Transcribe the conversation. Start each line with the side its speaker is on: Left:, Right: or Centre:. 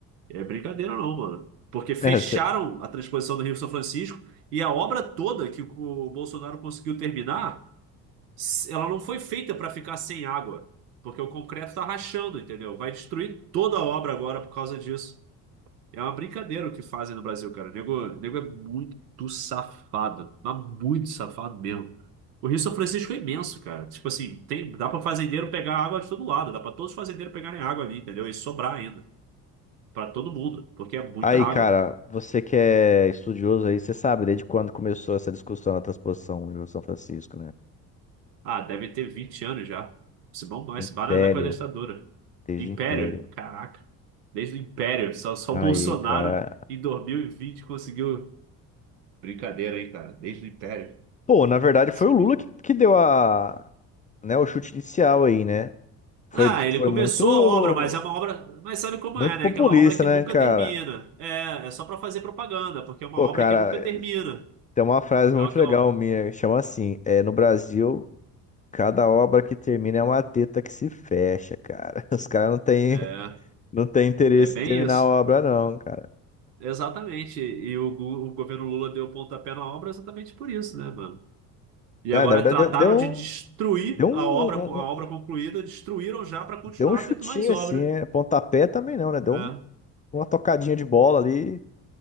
Right: É brincadeira não, mano. Porque fecharam
Left: <laughs> né? Cê-
Right: a transposição do Rio São Francisco e a obra toda que o Bolsonaro conseguiu terminar ela não foi feita para ficar sem água, porque o concreto tá rachando, entendeu? Vai destruir toda a obra agora por causa disso. É uma brincadeira o que fazem no Brasil, cara. O Nego, o nego é muito safado, mas muito safado mesmo. O Rio São Francisco é imenso, cara. Tipo assim, tem, dá para fazendeiro pegar água de todo lado, dá para todos os fazendeiros pegarem água ali, entendeu? E sobrar ainda, para todo mundo, porque é muita
Left: Aí,
Right: água.
Left: cara, você que é estudioso aí, você sabe desde quando começou essa discussão na transposição de São Francisco, né?
Right: Ah, deve ter 20 anos já. Se bombou,
Left: Império,
Right: esse bar era da época da ditadura.
Left: desde
Right: Império?
Left: o Império.
Right: Caraca. Desde o Império. Só, só
Left: Aí,
Right: o Bolsonaro
Left: cara.
Right: em 2020 conseguiu. Brincadeira aí, cara. Desde o Império.
Left: Pô, na verdade
Right: Sinistro.
Left: foi o Lula que, que deu a, né, o chute inicial aí, né? Foi,
Right: Ah, ele
Left: foi
Right: começou
Left: muito,
Right: a obra, mas é uma obra. Mas sabe como
Left: muito
Right: é, né?
Left: populista,
Right: Aquela obra que
Left: né,
Right: nunca
Left: cara?
Right: termina. É, é só pra fazer propaganda, porque é uma
Left: Pô,
Right: obra
Left: cara,
Right: que nunca termina.
Left: tem uma frase muito
Right: É aquela.
Left: legal minha, que chama assim, é, no Brasil, cada obra que termina é uma teta que se fecha, cara. <laughs> Os caras não têm
Right: É,
Left: não tem interesse
Right: é bem
Left: em terminar
Right: isso.
Left: a obra, não, cara.
Right: Exatamente. E o, gu- o governo Lula deu o pontapé na obra exatamente por isso, né, mano? E
Left: Ah,
Right: agora
Left: na verdade,
Right: trataram
Left: deu deu um,
Right: de destruir
Left: deu um,
Right: a obra, a obra
Left: um- um-
Right: concluída, destruíram já para continuar
Left: deu um chutinho
Right: tendo mais obra.
Left: assim, né? Pontapé também não, né? Deu
Right: É,
Left: um uma tocadinha de bola ali.